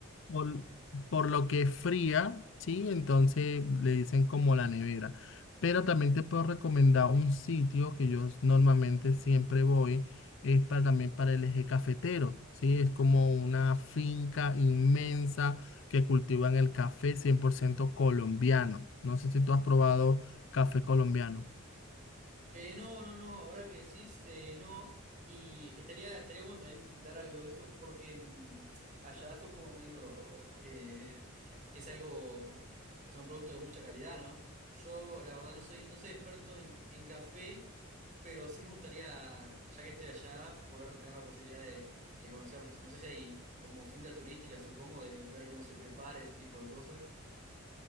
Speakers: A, on the left; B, on the right.
A: por, por lo que es fría, ¿sí? Entonces le dicen como la nevera. Pero también te puedo recomendar un sitio que yo normalmente siempre voy, es para, también para el eje cafetero, ¿sí? Es como una finca inmensa que cultivan el café 100% colombiano. No sé si tú has probado café colombiano.
B: Eh, no, no, no, ahora que decís, eh, no, y estaría, estaría bueno también visitar algo de eso, porque mm, allá son como medio, eh, es algo, o sea, un producto de mucha calidad, ¿no? Yo, la verdad, no soy, no soy experto en, en café, pero sí me gustaría, ya que estoy allá, poder tener la posibilidad de, de conocer, no sé si hay como fincas turísticas, supongo, de ver cómo se prepara ese tipo de cosas.